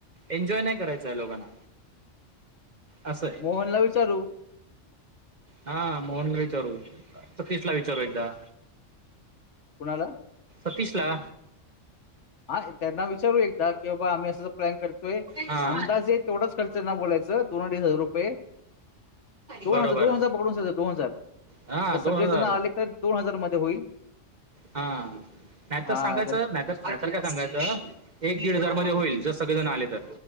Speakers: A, on the right (about 40°); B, on the left (about 70°).
A: एन्जॉय नाही करायचा आहे या लोकांना असं आहे
B: मोहनला विचारू
A: हा, मोहनला विचारू, सतिशला विचार एकदा.
B: कोणाला?
A: सतीशला.
B: हा, त्यांना विचारू एकदा, की बाबा आम्ही अस असं, प्लॅन करतोय,
A: हा
B: अंदाजे तेवढाच खर्च येणार बलायचं दोन अडीच हजार रुपये दोन
A: बरोबर
B: हजार, दोन हजार पकडून <unintelligible> दोन हजार,
A: हा
B: जर सगळे
A: दोन हजार
B: जण आले दोन हजार मध्ये होईल.
A: हा, नाहीतर
B: हा
A: सांगायचं,
B: जर
A: नाहीतर नाहीतर काय सांगायचं, एक दीड हजार मध्ये होईल, जर सगळेजण आले तर.